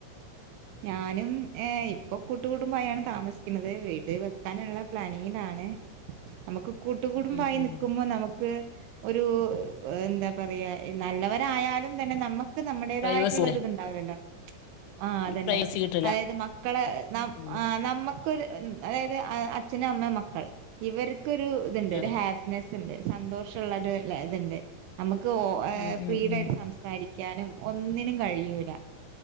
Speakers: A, on the right (about 80°); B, on the left (about 85°).
A: ഞാനും ഏഹ് ഇപ്പൊ കൂട്ട് കുടുംബയാണ് താമസിക്കുന്നത് വീട് വെക്കാനുള്ള പ്ലാനിങ്ങിലാണ്. നമുക്ക് കൂട്ട് കൂടുബായി
B: ഉം ഉം
A: നിക്കുമ്പോ നമുക്ക് ഒരു എന്താ പറയാ നല്ലവരായാലും തന്നെ നമുക്ക് നമ്മുടേതായിട്ടുള്ളരിതുണ്ട്
B: പ്രൈവസി
A: ണ്ടാവുലല്ലോ ആഹ് അതന്നെ
B: ഒരു പ്രൈവസി കിട്ടില്ല
A: അതായത് മക്കളെ ന
B: ഉം
A: നമ്മക്ക് ക്കര് അതായത് അച്ഛനും അമ്മ മക്കൾ ഇവർക്കരു ഇത്ണ്ട് ഒര്
B: അതെ അതെ.
A: ഹാ നസ്ണ്ട് സന്തോഷള്ളര് ലെ ഇത്ണ്ട് നമക്ക്
B: ഉം
A: ഫ്രീഡായിട്ട്
B: ഉം ഉം
A: സംസാ സാരിക്കാനും ഒന്നിനും കഴിയൂല.